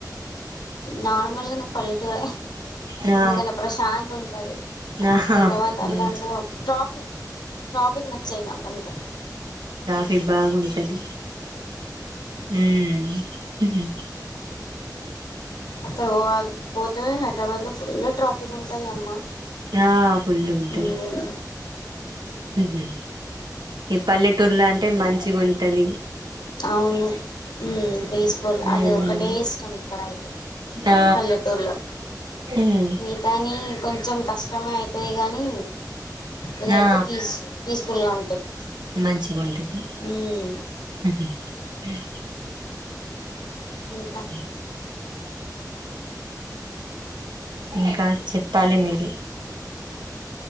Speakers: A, on the left; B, on the right.
A: నార్మల్ గా నాకు పల్లెటూరే హ్హ్
B: నా
A: ఎందుకంటే ప్రశాంత్ ఉంటది ఆ
B: నాహా
A: హైదరాబాద్ అల్లండ్లో
B: మంచి
A: ట్రాఫిక్ ట్రాఫిక్ నచ్చయి నా కొంచెం
B: టె బాగుంటది ఊమ్ ఉహుమ్
A: అక్కడ ఒవాలి పోతేనె హైదరాబాద్ లో ఫుల్ ట్రాఫిక్ ఉంటది అమ్మ
B: ఆ ఫుల్లు ఉంటయ్
A: మ్మ్
B: ఊహు ఈ పల్లెటూర్లో అంటే మంచిగుంటది
A: అవును ఊమ్ ఫీస్ ఫుల్
B: హ్మ్
A: అది ఒక్కటే ఇష్టం ఇక్కడ అయితే
B: ఆ
A: పల్లెటూర్లో
B: హ్మ్
A: మిగతాని కొంచెం కష్టమే ఐతది గానీ ఇదైతే
B: ఆ
A: పీస్ పీస్ ఫుల్గా ఉంటది
B: మంచిగుంటది
A: మ్మ్
B: ఊహ్మ్ ఉమ్
A: ఇంకా
B: ఉమ్ ఇంకా చెప్పాలి మీరే